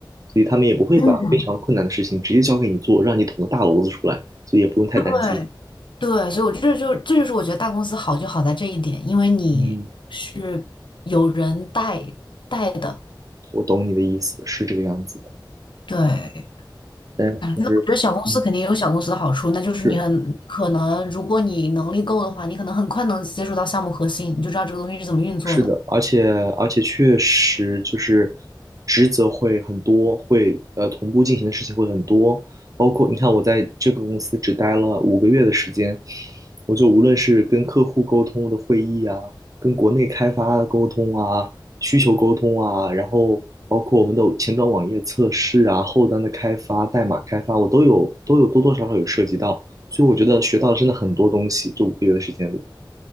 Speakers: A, on the right; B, on the left.
A: 所以他们也不会把非常困难的事情直接交给你做，
B: 嗯，
A: 让你捅个大娄子出来，所以也不用太担心。
B: 对对，所以我这就这就是我觉得大公司好就好在这一点，因为你是有人带带的，
A: 嗯。我懂你的意思，是这个样子的。
B: 对。
A: 但是，
B: 觉得小公司肯定也有小公司的好处，
A: 嗯，
B: 那就是你很可能，
A: 是，
B: 如果你能力够的话，你可能很快能接触到项目核心，你就知道这个东西是怎么运作的。
A: 是的，而且而且确实就是职责会很多，会呃同步进行的事情会很多，包括你看我在这个公司只待了五个月的时间，我就无论是跟客户沟通的会议啊，跟国内开发的沟通啊，需求沟通啊，然后包括我们的前端网页测试啊，后端的开发、代码开发，我都有都有多多少少有涉及到，所以我觉得学到了真的很多东西，这五个月的时间里，